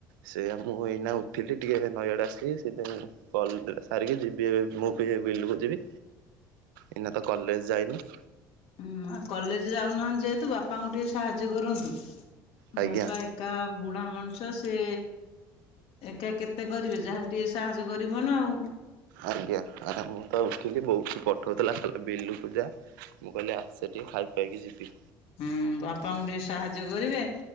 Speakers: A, on the right (about 75°); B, on the left (about 60°).
A: ସେ ଆଜ୍ଞା ମୁଁ ଏଇନା ଉଠିଲି ଟିକେ ନଈଆଡ଼େ ଆସିକି ସେଥି ମୁଁ କଲ ସାରିକି ଯିବି ଏବେ ମୁଁ ବି ଏ ବିଲ ବ ଯିବି ଏଇନା ତ କଲେଜ ଯାଇନି।
B: ହୁଁ ଆଉ କଲେଜ ଯାଉନାହାନ୍ତି ଯେହେତୁ ବାପାଙ୍କୁ ଟିକେ ସାହାଯ୍ୟ କରନ୍ତୁ
A: ଆଜ୍ଞା।
B: ବାପା ଏକା ବୁଢା ମଣିଷ ସେ ଏକା କେତେ କରିବେ ଯାହାଲେ ଟିକେ ସାହାଯ୍ୟ କରିବ ନା ଆଉ
A: ଆଜ୍ଞା ଆରେ ମୁଁ ତ ଉଠିଲି ବୋଉଠ ପ ପଠାଉଥିଲା କହିଲେ ବିଲକୁ ଯା ମୁଁ କହିଲି ଆସ ସେ ଟିକେ ଖାଇ ଖୁଆଇକି ଯିବି।
B: ହୁଁ ବାପାଙ୍କୁ ଟିକେ ସାହାଯ୍ୟ କରିବେ